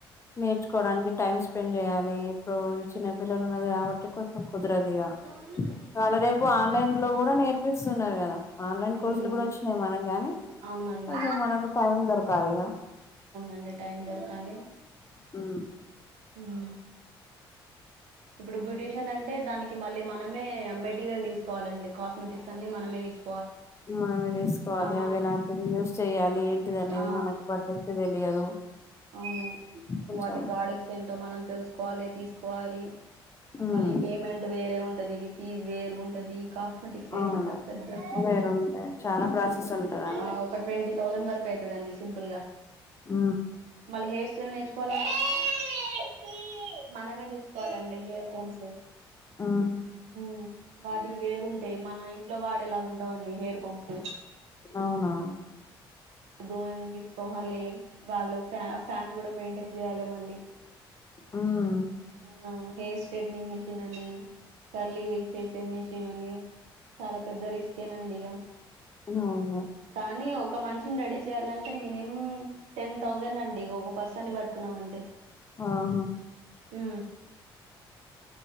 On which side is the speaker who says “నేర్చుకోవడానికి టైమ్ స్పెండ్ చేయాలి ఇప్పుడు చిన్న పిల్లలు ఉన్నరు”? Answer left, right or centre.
Left